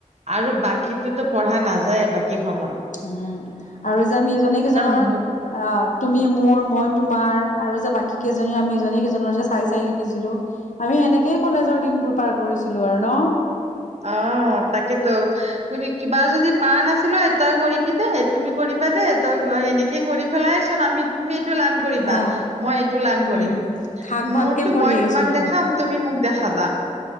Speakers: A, on the right (about 55°); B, on the left (about 70°).
A: আৰু বাকীতো পঢ়া নাযায় বাকী সময়ত
B: উম আৰু যে আমি ইজনে সিজনৰ
A: মুহুৰ্ত
B: অ তুমি মোৰ মই তোমাৰ আৰু যে বাকী কেইজনী আমি সিজনে সিজনৰ যে চাই চাই লিখিছিলো আমি সেনেকে সেই কলেজৰ দিনবোৰ পাৰ কৰিছিলো আৰু ন
A: অ তাকেতো তুমি কিবা যদি পা নাছিলো তই কৰিবি দে তুমি কৰিবা দে তই সেনেকে কৰি পেলাই আমি তুমি লান কৰিবা
B: অ
A: মই এইটো লান কৰিম
B: উম ভাগ ভাগকে
A: মোৰতো
B: পঢ়ি
A: মই
B: আহিছিলো
A: তোমাক দেখাম
B: আমাৰ
A: তুমি মোক দেখাম হাবা